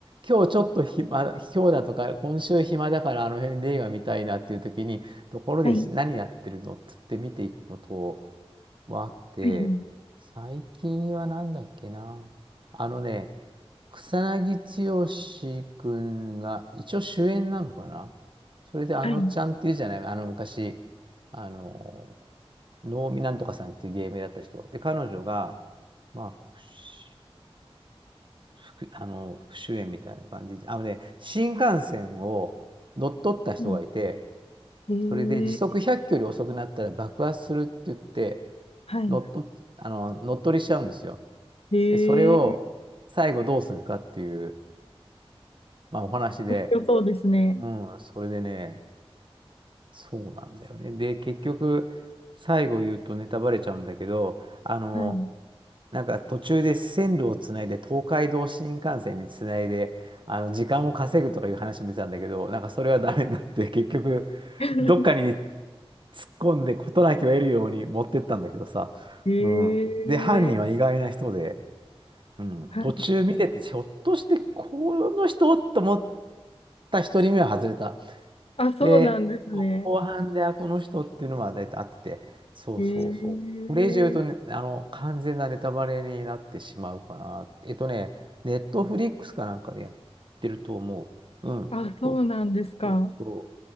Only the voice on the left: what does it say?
はい、
はい、は
い、はい、
うん。ええ
はい。
ええ
面白そうですね。
はい。
<laughs>
ええ
はい。
あ、そうなんですね。
ええ
あ、そうなんですか。